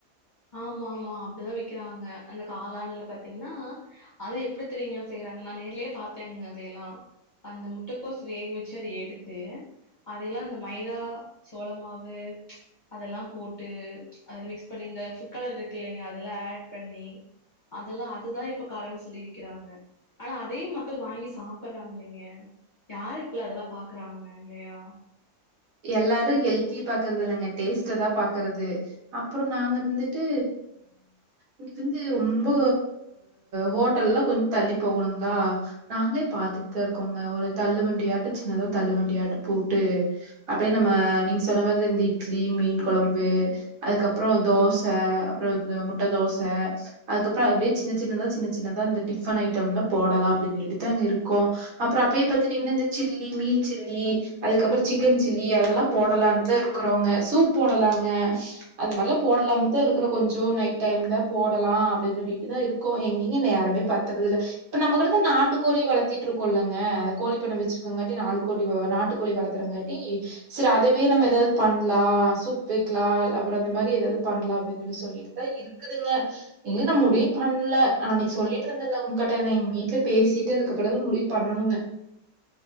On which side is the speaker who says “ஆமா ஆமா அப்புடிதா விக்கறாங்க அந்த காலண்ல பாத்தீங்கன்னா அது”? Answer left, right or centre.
Left